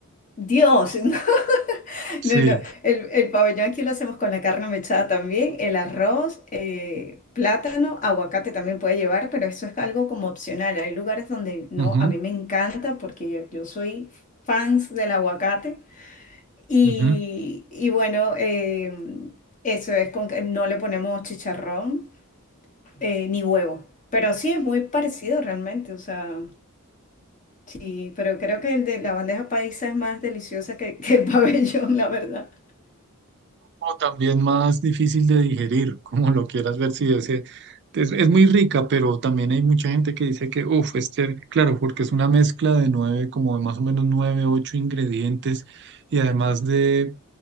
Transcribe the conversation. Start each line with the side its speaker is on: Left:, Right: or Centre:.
Left: Dios, <laughs>
Right: Sí.
Left: no, no, el, el pabellón aquí lo hacemos con la carne mechada también, el arroz, eh, plátano, aguacate también puede llevar, pero eso es algo como opcional. Hay lugares donde no,
Right: ujú,
Left: a mí me encanta porque yo, yo soy fans del aguacate Y,
Right: ujú.
Left: y bueno, em, eso es con que no le ponemos chicharrón eh, ni huevo. Pero sí es muy parecido realmente, o sea, sí, pero creo que el de la bandeja paisa es más deliciosa que, que el <laughs> pabellón, la verdad.
Right: O también más difícil de digerir, <laughs> como lo quieras ver, si ese- es, es muy rica, pero también hay mucha gente que dice que, uff, este, claro, porque es una mezcla de nueve, como de más o menos nueve, ocho ingredientes y además de